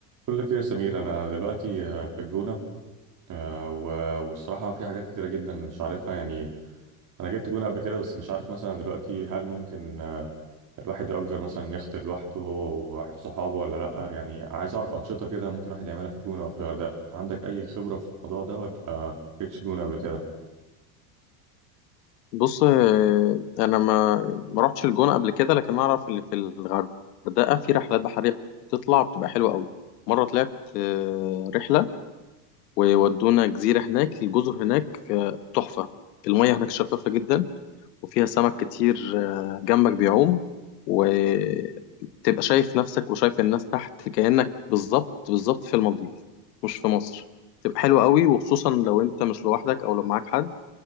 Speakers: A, on the right; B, on the left.
A: بقول لك ايه يا سمير انا دلوقتي آه، في الجونه آه، و- والصراحه في حاجات كتيره جدا مش عارفها يعني انا جبت جونه قبل كده بس مش عارف مثلا دلوقتي هل ممكن آه، الواحد يأجر مثلا يخت لوحده هو وصحابه ولا لا يعني عايز اعرف انشطه كده ممكن الواحد يعملها في الجونه او في الغردقه عندك اي خبره في الموضوع ده ولا آه، ما جبتش جونه قبل كده
B: بص آه، انا ما ما رحتش الجونه قبل كده لكن اعرف اللي في الغردقه في رحلات بحريه بتطلع بتبقى حلوه قوي مره طلعت آه، رحله وودونا جزيره هناك الجزر هناك آه، تحفه المياه هناك شفافه جدا وفيها سمك كتير آه، جنبك بيعوم وتبقى شايف نفسك وشايف الناس تحت كأنك بالظبط بالظبط في المالديف مش في مصر تبقى حلوة قوي وخصوصا لو انت مش لوحدك او لو معاك حد